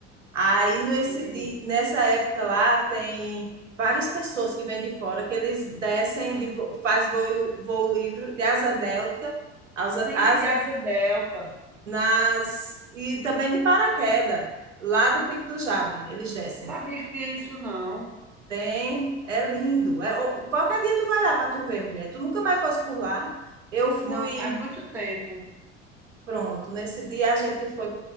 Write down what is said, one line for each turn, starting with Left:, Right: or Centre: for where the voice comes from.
Right: Aí nesse,
Centre: Sim.
Right: di- nessa época lá tem várias pessoas que vêm de fora, que eles descem, de, vo- faz voo, voo livre de asa delta, asa,
Centre: Sim,
Right: asa
Centre: de asa delta.
Right: nas e também de paraquedas, lá do Pico do Jabre, eles descem.
Centre: Sabia que tinha isso não.
Right: Tem, é lindo. É, ô, qualquer dia tu vai lá para tu ver, mulher. Tu nunca mais fosse por lá. Eu fui,
Centre: Não, faz muito tempo.
Right: pronto, nesse dia a gente foi